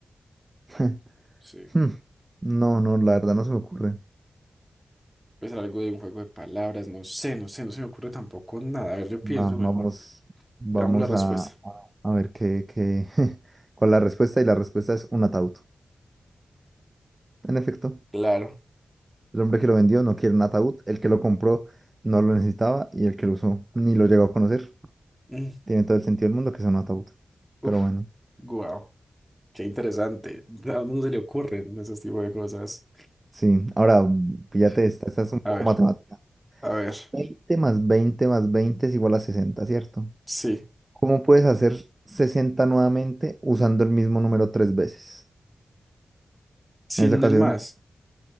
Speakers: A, on the right (about 25°); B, in the centre.
A: <laughs>
B: Sí.
A: Hmm, No, no, la verdad no se me ocurre.
B: Puede ser algo de un juego de palabras. No sé, no sé. No se me ocurre tampoco nada. A ver, yo pienso
A: Va-
B: mejor.
A: vamos, vamos
B: Veamos la respuesta.
A: a, a a ver qué, qué, <laughs> cuál es la respuesta. Y la respuesta es un ataúd. En efecto.
B: Claro.
A: El hombre que lo vendió no quiere un ataúd, el que lo compró no lo necesitaba y el que lo usó ni lo llegó a conocer.
B: Mm,
A: Tiene todo el sentido del mundo que sea un ataúd.
B: Uf,
A: Pero bueno,
B: guau. Qué interesante. ¿A uno no se le ocurren ese tipo de cosas?
A: sí. Ahora, mm, píllate
B: Sí.
A: esta, esta es un poco
B: A ver,
A: matemática.
B: a ver.
A: veinte más 20 más 20 es igual a sesenta ¿cierto?
B: Sí.
A: ¿Cómo puedes hacer 60 nuevamente usando el mismo número tres veces?
B: Sin
A: En esta ocasión,
B: el más.